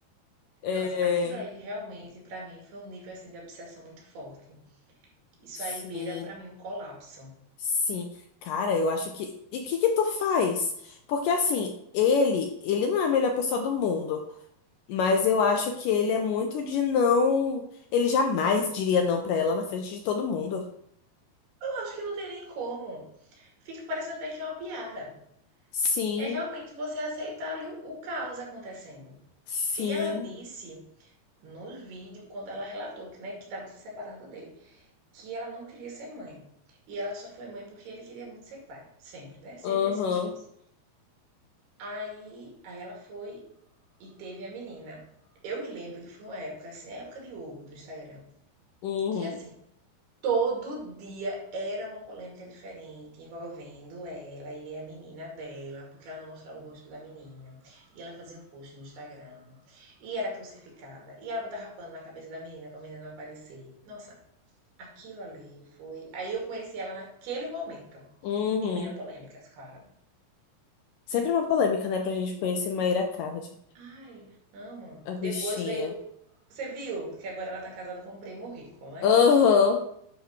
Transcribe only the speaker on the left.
É.
Sim,
sim. Cara, eu acho que. E o que que tu faz? Porque assim, ele, ele não é a melhor pessoa do mundo. Mas eu acho que ele é muito de não. Ele jamais diria não pra ela na frente de todo mundo.
Sim,
sim,
aham,
uhum,
uhum.
Sempre uma polêmica, né, pra gente conhecer Mayra Card,
a bichinha.
Aham.